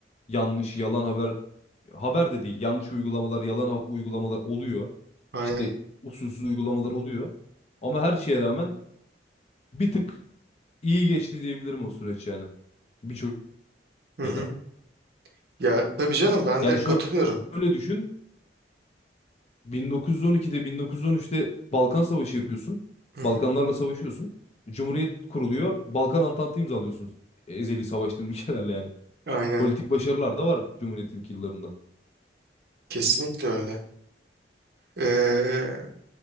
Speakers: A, on the left (about 35°); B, on the right (about 55°).
A: yanlış, yalan haber, haber de değil, yanlış uygulamalar, yalan hap- uygulamalar oluyor.
B: Aynen.
A: İşte usulsüz uygulamalar oluyor. Ama her şeye rağmen bir tık iyi geçti diyebilirim o süreç yani. Birçok
B: Hı hı.
A: şeyden.
B: Ya tabii canım ben
A: Yani
B: de katılıyorum.
A: şöyle şöyle düşün. 1912'de, 1913'te Balkan Savaşı yapıyorsun.
B: Hı hı.
A: Balkanlarla savaşıyorsun. Cumhuriyet kuruluyor. Balkan Antantı imzalıyorsunuz. Ezeli savaştığın <laughs> ülkelerle yani.
B: Aynen.
A: Politik başarılar da var Cumhuriyet'in ilk yıllarında.
B: Kesinlikle öyle. Ee,